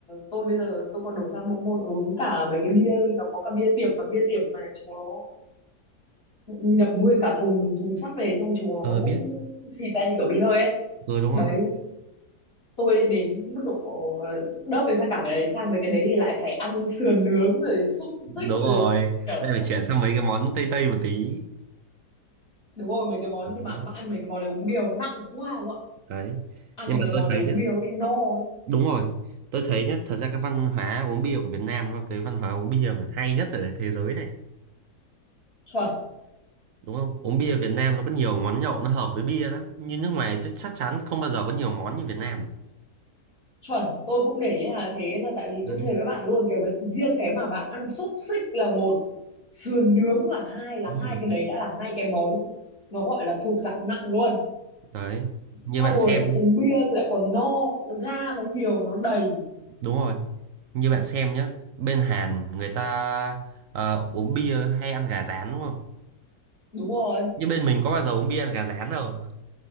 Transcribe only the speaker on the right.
Ờ
biết,
ừ đúng
rồi.
Đúng
rồi,
lại phải chuyển sang mấy cái món Tây Tây một tí.
Đấy,
đấy.
Nhưng
mà
tôi
thấy
nhá,
Đúng rồi, tôi thấy nhá, thật ra cái văn hóa uống bia của Việt Nam nó cái văn hóa uống bia mà hay nhất ở thế giới này,
đúng không? Uống bia Việt Nam nó có nhiều món nhậu nó hợp với bia lắm, như nước ngoài chứ chắc chắn không bao giờ có nhiều món như Việt Nam được.
Đấy,
đúng
rồi.
Đấy, như
bạn
xem,
nhé.
đúng rồi, như bạn xem nhá, bên Hàn người ta ờ, uống bia hay ăn gà rán đúng không?
Như bên mình có bao giờ uống bia ăn gà rán đâu.